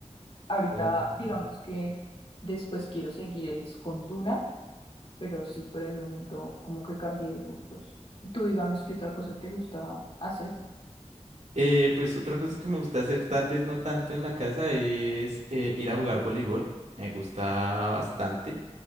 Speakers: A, on the left (about 50°); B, on the right (about 70°).
A: Ahorita,
B: Ok.
A: digamos que después quiero seguir es con Duna, pero sí por el momento como que cambié de gustos. Tú digamos que otra cosa te gusta hacer.
B: Eh, pues otra cosa que me gusta hacer, tal vez no tanto en la casa, es eh, ir a jugar voleibol. Me gusta bastante.